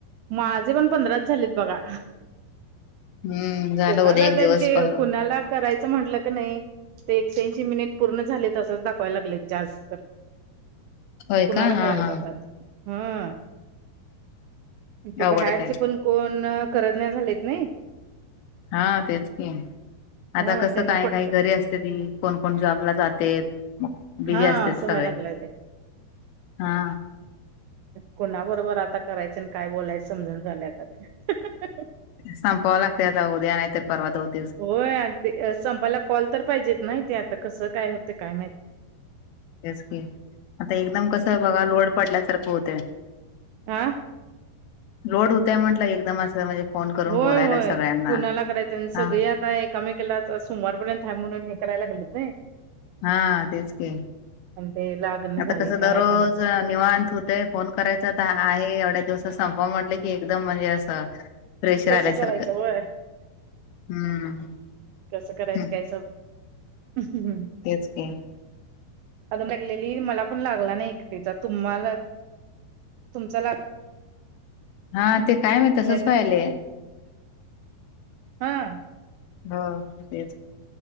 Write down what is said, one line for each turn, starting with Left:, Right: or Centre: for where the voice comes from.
Right: माझे पण पंधराच झालेत बघा!
Left: हम्म झालं
Right: कोणाला
Left: उद्या एक
Right: त्यांचे
Left: दिवस पर
Right: कुणाला करायचं म्हटलं क नाही ते एकशेऐंशी मिनिट पूर्ण झाले तसंच दाखवायला लागले जास् तर
Left: होय
Right: कुणाला
Left: का
Right: करायचातात
Left: हा हा
Right: हा? ते
Left: अवघडच
Right: बाहेरचे
Left: आहे
Right: पण कोण करत नाही झालेत नाही
Left: हा तेच नाही आहे
Right: ह
Left: आता कसं
Right: त्यांना
Left: काय
Right: पटत
Left: काही घरी असते. तरी कोणकोण जॉबला जातेत मग बिजी
Right: हा
Left: असतेत
Right: असं व्हाय
Left: सगळे
Right: लागलंय ते
Left: हा
Right: कोुणा बरोबर आता करायचंआणि काय बोलायचं समजना झालं आता ते
Left: संपवावं लागतयात उद्या नाहीतर पर्वा होत
Right: होय आणि ते संपाला कॉल तर पाहिजेत नाही ते आता कसं काय होते काय माहिती.
Left: तेच की आता एकदम कस बघा लोड पडल्यासारखं होत.
Right: हा
Left: लोड होतय म्हटलंय एकदम असं म्हणजे फोन करून
Right: होय
Left: बोलायला
Right: होय
Left: सगळ्यांना
Right: कुणाला करायचं आणि सगळी
Left: हा
Right: आता एक एकमेकाला सोमवारपर्यंत ह म्हणून हे करायला लागलेत नाही.
Left: हा तेच क
Right: आणि ते लागण
Left: आता
Right: झाले
Left: कसं
Right: काय
Left: दररोज
Right: काय
Left: निवांत होत. फोन करायचा तर आहे एवढ्या दिवसात संप म्हटलं की एकदम म्हणजे असं प्रेशर
Right: कसं
Left: आल्यासारखं
Right: करायचं होय
Left: हम्म
Right: कसं करायचं
Left: हं,
Right: काय <unintelligible>
Left: तेच की
Right: अून लागलेली मला पण लागला नाही एकटीचा तुम्हाला तुमचा ला
Left: हा ते काय म तसच
Right: नाही तर
Left: वहिलेय
Right: हा.
Left: हा तेच